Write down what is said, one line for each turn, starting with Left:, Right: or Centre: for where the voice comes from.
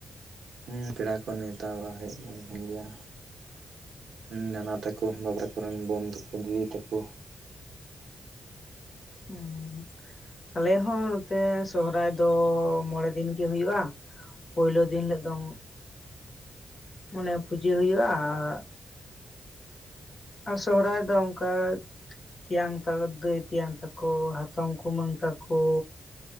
Right: ᱦᱩᱸ ᱯᱮᱲᱟ ᱠᱚ ᱱᱮᱣᱛᱟ ᱵᱟᱲᱟ ᱦᱩᱭᱩᱜ ᱜᱮᱭᱟ᱾ ᱱᱟᱱᱟ ᱛᱟᱠᱚ ᱵᱟᱵᱟ ᱛᱟᱠᱚ ᱨᱮᱱ ᱵᱳᱱ ᱛᱟᱠᱚ ᱫᱤᱫᱤ ᱛᱟᱠᱚ
Left: ᱦᱩᱸ ᱟᱞᱮ ᱦᱚᱸ ᱱᱚᱛᱮ ᱥᱚᱦᱨᱟᱭ ᱫᱚ ᱢᱚᱬᱮ ᱫᱤᱱ ᱜᱮ ᱦᱩᱭᱩᱜᱼᱟ᱾ ᱯᱩᱭᱞᱩ ᱫᱤᱱ ᱦᱤᱞᱳᱜ ᱫᱚ ᱢᱟᱱᱮ ᱯᱩᱡᱟᱹ ᱦᱩᱭᱩᱜᱼᱟ ᱟᱨ ᱟᱨ ᱥᱚᱦᱨᱟᱭ ᱫᱚ ᱚᱱᱠᱟ ᱛᱮᱭᱟᱝ ᱛᱟᱠᱚ ᱫᱟᱹᱭ ᱛᱮᱭᱟᱝ ᱛᱟᱠᱚ ᱦᱟᱛᱚᱢ ᱠᱩᱢᱟᱹᱝ ᱛᱟᱠᱚ᱾